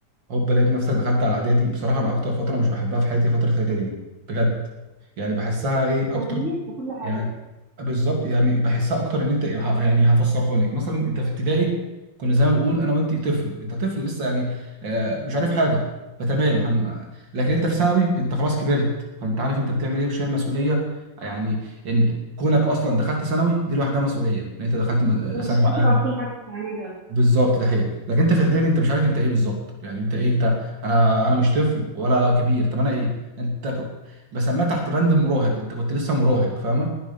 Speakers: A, on the right; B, on the right.
A: هوب لقيت نفسك دخلت على اعدادي بصراحه انا اكتر فتره مش بحبها في حياتي فتره اعدادي دي بجد يعني بحسها ايه اكتر
B: تغيير في كل حاجة
A: يعني بالظبط يعني بحسها اكتر ان انت ه- يعني هفسرها لك مثلا انت في ابتدائي كنا زي ما بقول انا وانت طفل انت طفل لسه يعني آه، مش عارف حاجه فتمام هن... لكن انت في ثانوي انت خلاص كبرت فانت عارف انت بتعمل ايه وشايل مسؤوليه يعني ان كونك اصلا دخلت ثانوي دي لوحدها مسؤوليه ان انت دخلت م- آه،
B: وبتتحاسب
A: ثانوي عام
B: على كل حاجة بتعملها
A: بالظبط ده حقيقة لكن انت في اعدادي انت مش عارف انت ايه بالظبط يعني انت ايه انت انا انا مش طفل ولا كبير طب انا ايه انت ك... بسميها تحت بند المراهق انت كنت لسه مراهق فاهمه